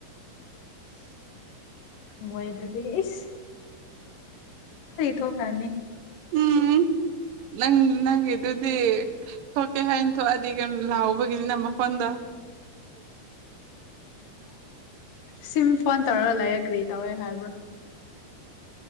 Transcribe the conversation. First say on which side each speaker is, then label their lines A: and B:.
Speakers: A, on the right (about 75°); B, on the left (about 70°).
A: INAUDIBLE
B: ꯃꯣꯏꯕꯨꯗꯤꯅꯦ ꯢꯁ ꯊꯣꯛꯈ꯭ꯔꯅꯤ
A: UNINTELLIGIBLE ꯅꯪꯒꯤꯗꯨ ꯗꯤ ꯊꯣꯛꯀꯦ ꯍꯥꯏꯅ ꯊꯣꯛꯑꯗꯤ ꯀꯩꯅꯣ ꯂꯥꯎꯕꯒꯤ ꯅꯝꯃꯣ ꯐꯣꯟꯗꯣꯨ
B: ꯁꯤꯝ ꯐꯣꯟ ꯇꯧꯔꯥ ꯂꯩꯌꯦ ꯀ꯭ꯔꯤ ꯇꯧꯋꯦ ꯍꯥꯏꯕ꯭ꯔꯣ